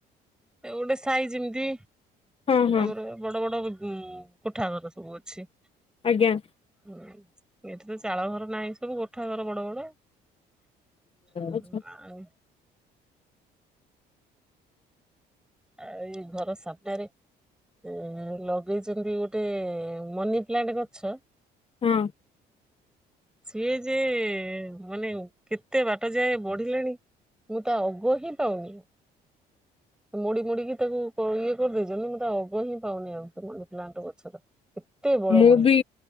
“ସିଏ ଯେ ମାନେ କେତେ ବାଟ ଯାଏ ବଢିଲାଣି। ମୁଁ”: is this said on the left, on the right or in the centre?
Centre